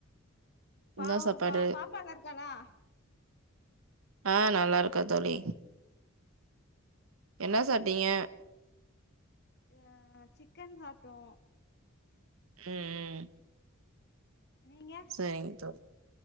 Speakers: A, on the left; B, on the right.
A: பா
B: என்ன
A: உங்க
B: சாப்பாடு
A: பாப் பாப்பா நல்லாருக்காளா
B: ஆ நல்லாருக்கா தோழி என்ன சாட்டீங்க
A: ஆ சிக்கன் சாப்டோ
B: ம் ம்
A: நீங்க
B: சரிங் தோழி